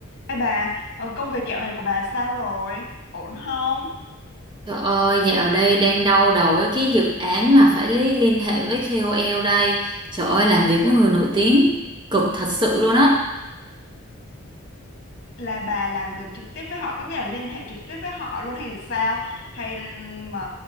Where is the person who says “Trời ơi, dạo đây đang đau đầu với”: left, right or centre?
Right